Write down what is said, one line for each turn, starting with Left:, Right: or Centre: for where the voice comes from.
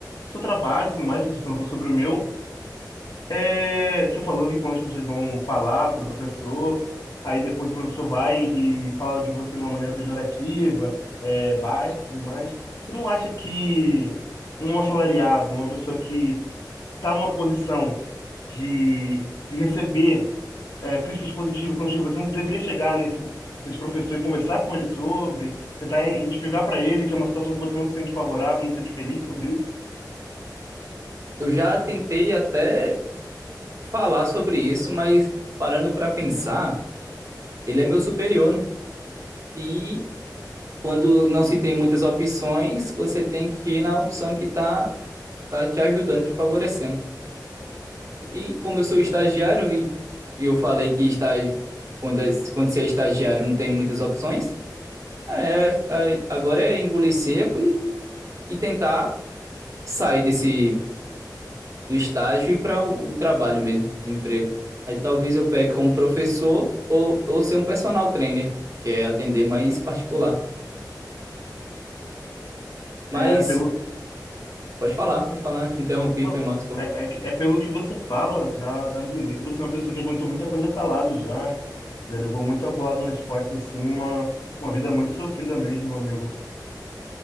Left: seu trabalho e tudo mais, que você perguntou sobre o meu. É, você falou que quando as pessoas vão falar com o professor, aí depois o professor vai e fala de você de uma maneira pejorativa, é, baixa e tudo mais. Você não acha que um assalariado, uma pessoa que está numa posição de, de receber é, críticas positivas, construtivas, você não deveria chegar nesse, nesse professor e conversar com ele sobre, tentar em- explicar para ele que é uma situação que você não se sente favorável, não se sente feliz sobre isso?
Right: Eu já tentei até falar sobre isso, mas parando pra pensar, ele é meu superior, né? E quando não se tem muitas opções, você tem que ir na opção que tá, tá te ajudando, te favorecendo. E como eu sou estagiário e eu falei que estágio, quando, é- quando você é estagiário não tem muitas opções, É, a- agora é engolir seco e, e tentar sair desse do estágio e para o, o trabalho mesmo, o emprego. Aí talvez eu pegue como professor ou, ou ser um personal trainer, que é atender mais particular. Mas
Left: É, pelo,
Right: pode falar, pode falar, te interrompi,
Left: Não,
Right: foi mal, desculpa.
Left: é, é, que- é pelo que você fala, dá, dá a entender que você é uma pessoa que aguentou muita coisa calado já, já levou muita bolada nas costas, assim, uma, uma vida muito sofrida mesmo, meu amigo.